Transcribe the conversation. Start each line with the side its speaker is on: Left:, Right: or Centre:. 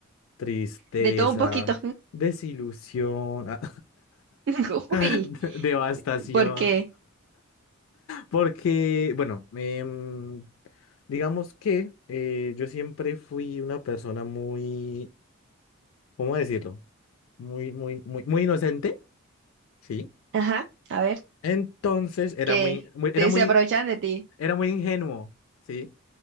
Left: tristeza,
Right: de todo un poquito.
Left: desilusión, ah,
Right: <laughs> Uy,
Left: <laughs> de- devastación.
Right: ¿por qué?
Left: Porque, bueno, em, digamos que eh, yo siempre fui una persona muy, ¿cómo decirlo? Muy, muy, muy, muy inocente, ¿sí?
Right: ajá, a ver,
Left: Entonces era
Right: que
Left: muy, muy- era
Right: te,
Left: muy,
Right: se aprovechan de ti,
Left: era muy ingenuo, ¿sí?